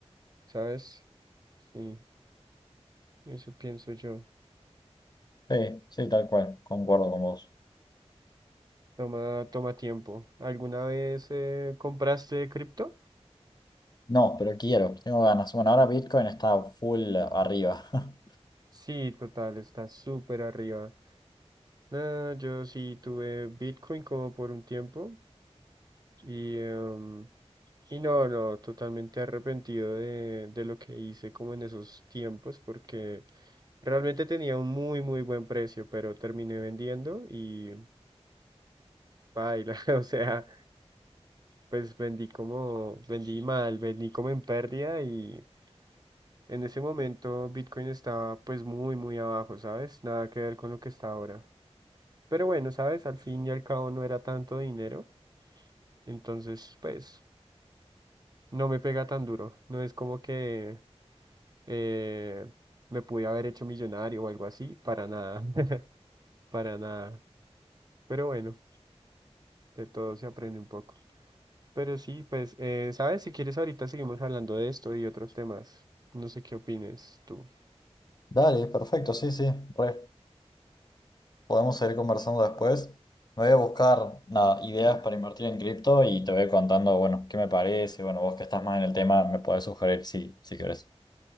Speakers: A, on the right; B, on the left.
A: ¿sabes? Sí, eso pienso yo.
B: Sí, sí, tal cual, concuerdo con vos.
A: Toma, toma tiempo. ¿Alguna vez eh, compraste cripto?
B: No, pero quiero, tengo ganas. Bueno, ahora Bitcoin está full arriba. <laughs>
A: Sí, total, está súper arriba. No, yo sí tuve Bitcoin como por un tiempo. Y, em, y no, no, totalmente arrepentido de, de lo que hice como en esos tiempos, porque realmente tenía un muy, muy buen precio, pero terminé vendiendo y baila, <laughs> o sea, pues vendí como, vendí mal, vendí como en pérdida y en ese momento Bitcoin estaba pues muy, muy abajo, ¿sabes? Nada que ver con lo que está ahora. Pero bueno, ¿sabes? Al fin y al cabo no era tanto dinero, entonces pues no me pega tan duro, no es como que eh, me pude haber hecho millonario o algo así, para nada, <laughs> para nada. Pero bueno, de todo se aprende un poco. Pero sí, pues, eh, ¿sabes? Si quieres, ahorita seguimos hablando de esto y otros temas. No sé qué opines tú.
B: Dale, perfecto, sí, sí, re. Podemos seguir conversando después. Me voy a buscar, nada, ideas para invertir en cripto y te voy contando, bueno, qué me parece. Bueno, vos que estás más en el tema, me podés sugerir si, si querés.